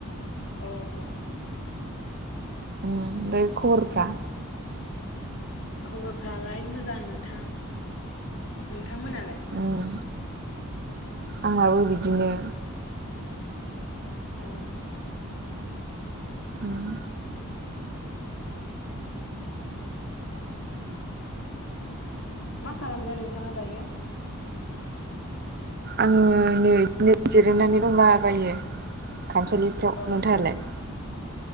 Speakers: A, on the left; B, on the right.
A: औ औ।
B: उम ओमफाय खबरफ्रा?
A: खबरफ्रालाय मोजां नोंथां नोंथांमोनालाय?
B: उम आंनाबो बिदिनो।
A: औ।
B: उम
A: मा खालामदो नोंथाङा दायो?
B: आङो नै इदिनो जिरायनानै दंलाबायो खामसालिफ्राव
A: औ
B: नोंथाङालाय?